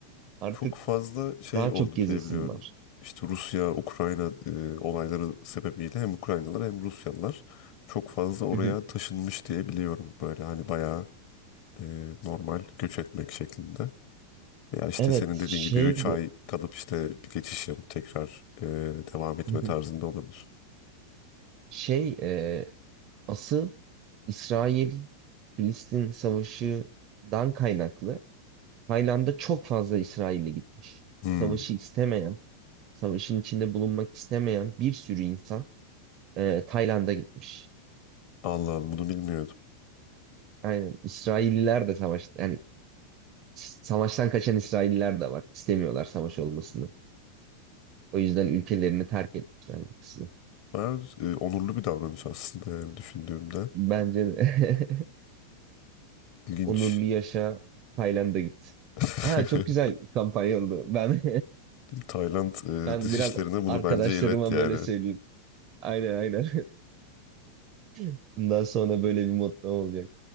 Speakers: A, on the right; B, on the left.
A: Artık
B: Çok fazla şey
A: daha
B: oldu
A: çok gezesim
B: diyebiliyorum.
A: var.
B: İşte Rusya, Ukrayna e, olayları sebebiyle hem Ukraynalılar hem Rusyalılar çok fazla oraya
A: Hı hı.
B: taşınmış diye biliyorum. Böyle hani bayağı e, normal göç etmek şeklinde. Ya işte
A: Evet,
B: senin dediğin
A: şeydi.
B: gibi 3 ay kalıp işte bir geçiş yapıp tekrar e, devam etme
A: Hı hı.
B: tarzında olabilir.
A: Şey, e, asıl İsrail-Filistin savaşından kaynaklı Tayland'a çok fazla İsrail'e gitmiş.
B: Hmm.
A: Savaşı istemeyen, savaşın içinde bulunmak istemeyen bir sürü insan e, Tayland'a gitmiş.
B: Allah Allah bunu bilmiyordum.
A: Aynen. İsrailliler de savaş, yani savaştan kaçan İsrailliler de var. İstemiyorlar savaş olmasını. O yüzden ülkelerini terk etmişler bu kısmı.
B: Bayağı e, onurlu bir davranış aslında yani düşündüğümde.
A: Bence de. <laughs>
B: İlginç.
A: Onurlu yaşa Tayland'a git.
B: <laughs>
A: Ha çok güzel kampanya oldu. Ben
B: Tayland
A: <laughs> ben
B: e, dış
A: biraz
B: işlerine bunu
A: arkadaşlarıma
B: bence ilet yani.
A: böyle söyleyeyim. Aynen aynen. <laughs> Bundan sonra böyle bir motto olacak.